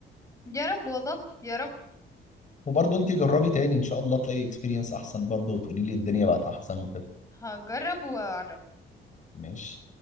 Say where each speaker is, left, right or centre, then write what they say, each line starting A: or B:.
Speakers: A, on the left (about 15°); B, on the left (about 40°).
A: يا رب والله يا رب
B: وبرضه انت جربي تاني ان شاء الله تلاقي اكسبيرينس احسن برضه وتقولي لي الدنيا بقت احسن وكده
A: هجرب واعرف
B: ماشي